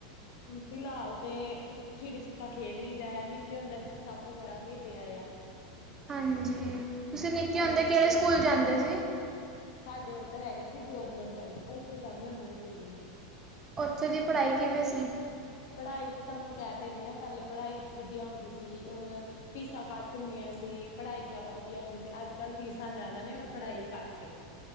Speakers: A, on the left; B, on the right.
A: ਫਿਲਹਾਲ ਤੇ ਚਿੜੀ ਛਿੱਕਾ ਖੇਲ ਲਈਦਾ ਦਾ ਨਿੱਕੇ ਹੁੰਦੇ ਸਟਾਪੂ ਬੜਾ ਖੇਡੇ। ਆਇਆ।
B: ਹਾਂਜੀ ਤੁਸੀਂ ਨਿੱਕੇ ਹੁੰਦੇ
A: ਇਸ
B: ਕਿਹੜੇ ਸਕੂਲ ਜਾਂਦੇ ਸੀ।
A: ਸਾਡੇ ਉਧਰ ਰਹਿ ਗਿਆ ਸੀ ਗੌਰਮੈਂਟ, ਉੱਥੇ ਜਾਂਦੇ ਹੁੰਦੇ ਸੀਗੇ।
B: ਉੱਥੋਂ ਦੀ ਪੜ੍ਹਾਈ ਕਿਵੇਂ ਸੀ।
A: ਪੜ੍ਹਾਈ ਤਾਂ ਤੁਹਾਨੂੰ ਕਹਿ ਤੇ ਰਹੇ ਹਾਂ ਪਹਿਲੇ ਪੜ੍ਹਾਈ ਵਧੀਆ ਹੁੰਦੀ ਸੀ, ਔਰ ਫੀਸਾਂ ਘੱਟ ਹੁੰਦੀਆਂ ਸੀ ਪੜ੍ਹਾਈ ਜ਼ਿਆਦਾ ਵਧੀਆ ਹੁੰਦੀ ਸੀ, ਅੱਜ ਕੱਲ ਫੀਸਾਂ ਜ਼ਿਆਦਾ ਨੇ ਔਰ ਪੜ੍ਹਾਈ ਘੱਟ ਏ।